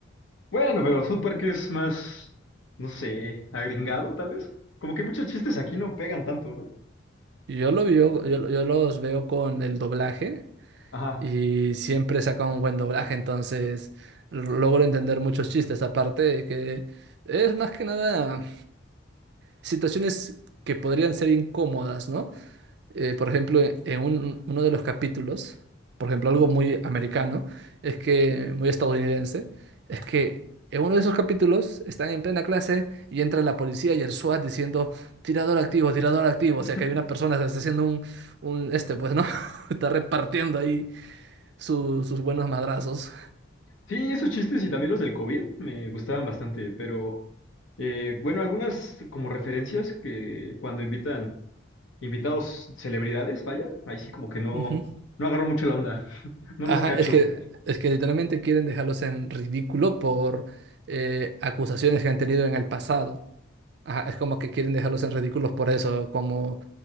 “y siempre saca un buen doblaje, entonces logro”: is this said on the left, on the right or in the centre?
Right